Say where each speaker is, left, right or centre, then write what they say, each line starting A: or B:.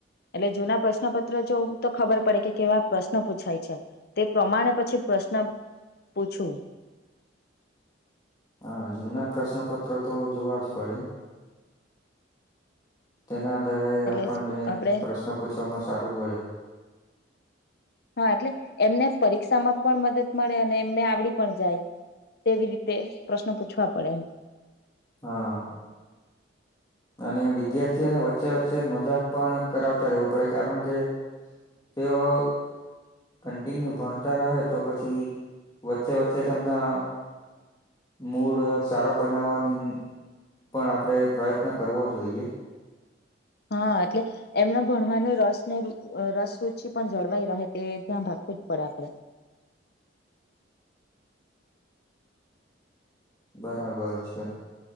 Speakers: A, on the left; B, on the left.
A: એટલે જૂના પ્રશ્નપત્ર જોવું તો ખબર પડે કે કેવા પ્રશ્નો પૂછાય છે. તે પ્રમાણે પછી પ્રશ્ન પૂછું.
B: હા જૂના પ્રશ્નપત્રો તો જોવા જ પડે. તેના આધારે
A: એટલે
B: આપણને
A: સ્કૂ આપણે
B: પ્રશ્ન પૂછવામાં સારું પડે.
A: હા એટલે એમને પરીક્ષામાં પણ મદદ મળે અને એમને આવડી પણ જાય. તેવી રીતે પ્રશ્ન પૂછવા પડે.
B: હા. અને વિદ્યાર્થીઓને વચ્ચે વચ્ચે મજાક પણ કરાવતા રહેવું પડે કારણ કે તેઓ કન્ટિન્યુ ભણતા રહે તો પછી વચ્ચે વચ્ચે તેમના મૂળ સારો બનાવવાની પણ આપણેે પ્રયત્ન કરવો જોઈએ.
A: હા એટલે એમને ભણવાનું રસ ને રસ રુચિ પણ જળવાઈ રહે તે ધ્યાન રાખવું જ પડે આપડે.
B: બરાબર છે